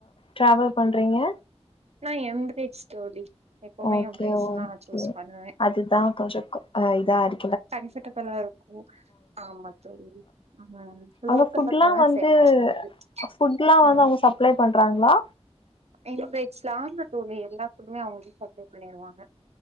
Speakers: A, on the left; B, on the right.
A: ட்ராவல் பண்றீங்க
B: நா எம் பிரிச் தோழி எப்பவுமே
A: ஓகே
B: எம்பிரேட்ஸ்
A: ஓகே
B: தா சூஸ் பண்ணுவே
A: அதுதா கொஞ்சொ க‌ ஐ தா இரு
B: கம்ஃபடபுளா இருக்கு ஆமா தோழி ம்
A: அங்க
B: லோக்கல்ல
A: ஃபுட்லா
B: போனா
A: வந்து
B: செட்டாகாது
A: ஃபுட்லா
B: ஆ
A: வந்து அவங்க சப்ளை பண்றாங்களா
B: <unintelligible> தோழி எல்லா ஃபுட்டுமே அவுங்ளே சப்ளே பண்ணிருவாங்க